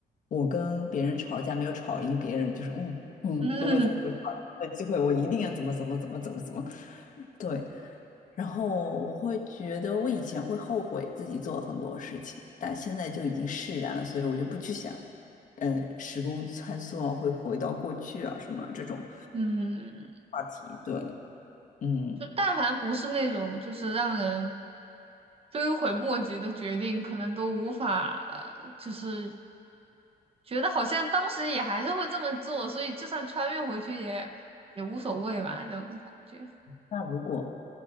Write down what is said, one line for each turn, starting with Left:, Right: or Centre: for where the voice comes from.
Left: 我跟别人吵架没有吵赢别人，就是嗯嗯，
Right: 嗯。
Left: 如果再有好的机会，我一定要怎么怎么怎么怎么怎么，对，然后我会觉得，我以前会后悔自己做了很多事情，但现在就已经释然了，所以我就不去想，呃，时空穿梭啊，会回到过去啊，什么这种
Right: 嗯
Left: 话题。对，嗯，
Right: 就但凡不是那种就是让人追悔莫及的决定，可能都无法，呃就是觉得好像当时也还是会这么做，所以就算穿越回去也也无所谓吧，这种感觉。
Left: 那如果